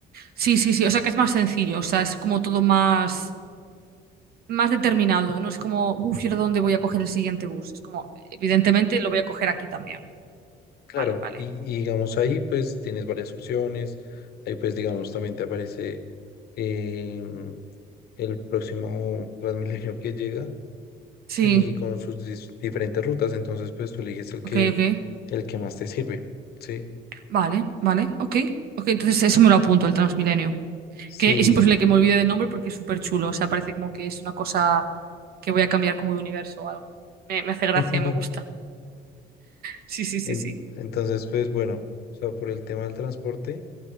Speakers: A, on the right (about 65°); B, on the left (about 70°).
A: sí, sí, sí, o sea que es más sencillo, o sea, es como todo más... más determinado. No es como, uff, ¿y ahora dónde voy a coger el siguiente bus? Es como, evidentemente lo voy a coger aquí también.
B: Claro,
A: Vale, vale.
B: y, y, digamos ahí pues tienes varias opciones, ahí pues digamos también te aparece em, el próximo Transmilenio que llega
A: Sí,
B: y con sus dis- diferentes rutas, entonces pues tú eliges el
A: ok,
B: que,
A: ok.
B: el que más te sirve, ¿sí?
A: Vale, vale, ok. Ok, entonces eso me lo apunto, el Transmilenio.
B: Sí,
A: Que es imposible que me olvide del nombre porque es súper chulo. O sea, parece como que es una cosa que voy a cambiar como de universo o algo. Me, me hace gracia,
B: <laughs>
A: me gusta. Sí, sí, sí,
B: en-
A: sí.
B: entonces pues bueno, o sea, por el tema del transporte,